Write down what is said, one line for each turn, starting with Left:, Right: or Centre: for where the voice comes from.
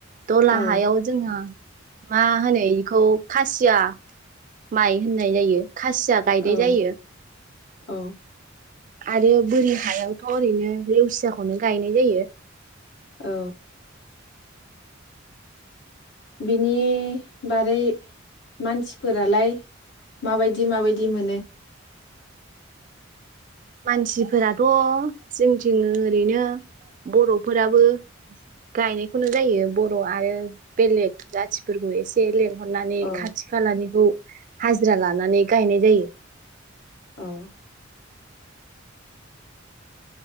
Right: दला
Left: औ
Right: हायाव जोंहा मा होनो बेखौ खासिया माइ होननाय जायो खासिया गायनाय
Left: औ
Right: जायो
Left: औ
Right: आरो बोरि हायावथ' ओरैनो लेवसियाखौनो गायनाय जायो
Left: औ बिनि बारै मानसिफोरालाय माबायदि माबायदि मोनो
Right: मानसिफोराथ' जोंथिं ओरैनो बर'फोराबो गायनायखौनो जायो बर' आरो बेलेग जाथिफोरखौ एसे लें हरनानै
Left: औ
Right: खाथि खालानिखौ हाजिरा लानानै गायनाय जायो
Left: औ